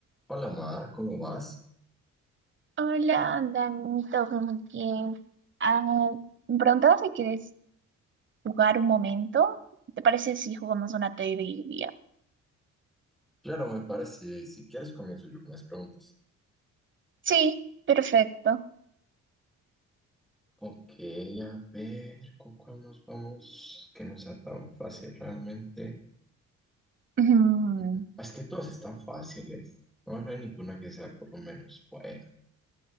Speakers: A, in the centre; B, on the right (about 40°).
A: Hola Mar, ¿cómo vas?
B: Hola, Dani, todo muy bien. Ah, me preguntaba si quieres jugar un momento. ¿Te parece si jugamos una trivia?
A: Claro, me parece, si quieres comienzo yo con las preguntas.
B: Sí, perfecto.
A: Ok, a ver, ¿con cuál nos vamos? Que no sea tan fácil realmente.
B: Mm,
A: Mm, Es que todas están fáciles, no, no hay ninguna que sea por lo menos buena.